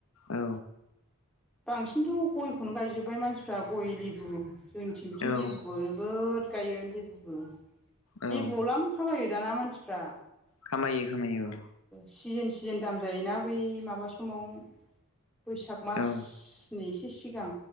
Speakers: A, on the left; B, in the centre.
A: औ।
B: बांसिनथ' गयखौनो गायजोब्बाय मानसिफ्रा गय, लेबु जोंनिथिं बिथिं
A: औ
B: लेबुबो नोगोद गायो लेबुबो -लेबुआव
A: औ
B: लाम खामायो। दाना मानसिफ्रा
A: खामायो -खामायो औ।
B: सिजोन- सिजोन दाम जायोना बै माबा समाव बैसाग मासनि
A: औ
B: एसे सिगां